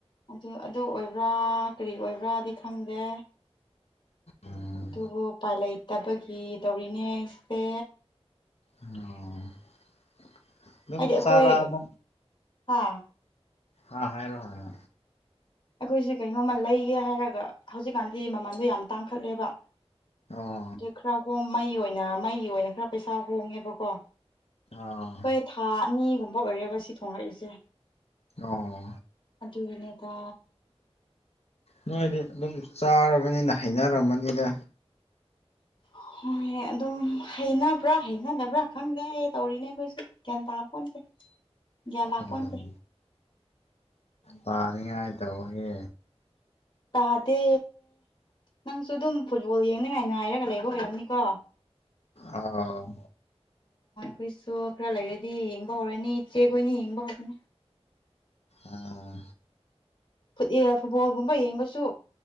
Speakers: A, on the left; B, on the left.
A: ꯑꯗꯨ ꯑꯗꯨ ꯑꯣꯏꯕ꯭ꯔꯥ ꯀꯔꯤ ꯑꯣꯏꯕ꯭ꯔꯥꯗꯤ ꯈꯪꯗꯦ
B: ꯎꯝ
A: ꯑꯗꯨꯕꯨ ꯎꯄꯥꯏ ꯂꯩꯇꯕꯒꯤ ꯇꯧꯔꯤꯅꯦ ꯑꯩꯁꯦ
B: ꯑꯣ ꯑꯗꯨꯝ
A: ꯍꯥꯏꯗꯤ ꯑꯩꯈꯣꯏ
B: ꯆꯥꯔꯛꯑꯕ
A: ꯍꯥꯥ
B: ꯍꯥ ꯍꯥꯏꯔꯣꯍꯅ
A: ꯑꯩꯈꯣꯏꯁꯦ ꯀꯩꯅꯣꯝꯃ ꯂꯩꯒꯦ ꯍꯥꯏꯔꯒ ꯍꯧꯖꯤꯛꯀꯥꯟꯗꯤ ꯃꯃꯟꯗꯣ ꯌꯥꯝ ꯇꯥꯡꯈꯠꯂꯦꯕ
B: ꯑꯣ
A: ꯑꯗꯨ ꯈꯔ ꯍꯣꯡ ꯃꯩ ꯑꯣꯏꯅ ꯃꯩꯒꯤ ꯑꯣꯏꯅ ꯈꯔ ꯄꯩꯁꯥ ꯍꯣꯡꯉꯦꯕꯀꯣ
B: ꯑꯣ
A: ꯍꯣꯏ ꯊꯥ ꯑꯅꯤꯒꯨꯝꯕ ꯑꯣꯏꯔꯦꯕ ꯁꯤ ꯊꯣꯡꯂꯛꯏꯁꯦ
B: ꯑꯣ
A: ꯑꯗꯨꯅꯦꯗ
B: ꯅꯣꯏꯗꯤ ꯑꯗꯨꯝ ꯆꯥꯔꯕꯅꯤꯅ ꯍꯩꯅꯔꯃꯅꯤꯗ
A: ꯍꯣꯏ ꯑꯗꯨꯝ ꯍꯩꯅꯕ꯭ꯔꯥ ꯍꯩꯅꯗꯕ꯭ꯔꯥ ꯈꯪꯗꯦ ꯇꯧꯔꯤꯅꯦ ꯑꯩꯈꯣꯏꯁꯦ ꯒ꯭ꯌꯥꯟ ꯇꯥꯄꯣꯟꯇꯦ ꯒ꯭ꯌꯥꯟ ꯂꯥꯛꯄꯣꯟꯇꯦ
B: ꯎꯝ ꯄꯥꯅꯤꯡꯉꯥꯏ ꯇꯧꯒꯦ
A: ꯇꯥꯗꯦ ꯅꯪꯁꯨ ꯑꯗꯨꯝ ꯐꯨꯠꯕꯣꯜ ꯌꯦꯡꯅꯤꯡꯉꯥꯏ ꯉꯥꯏꯔꯒ ꯂꯩꯕ ꯑꯣꯏꯔꯝꯅꯤꯀꯣ
B: ꯑꯥꯎ
A: ꯑꯩꯈꯣꯏꯁꯨ ꯈꯔ ꯂꯩꯔꯗꯤ ꯌꯦꯡꯕ ꯍꯧꯔꯅꯤ ꯏꯆꯦꯈꯣꯏꯅꯤ ꯌꯦꯡꯕ ꯍꯧꯔꯅꯤ
B: ꯑꯥ
A: ꯐꯨꯠ ꯐꯨꯠꯕꯣꯜꯒꯨꯝꯕ ꯌꯦꯡꯕꯁꯨ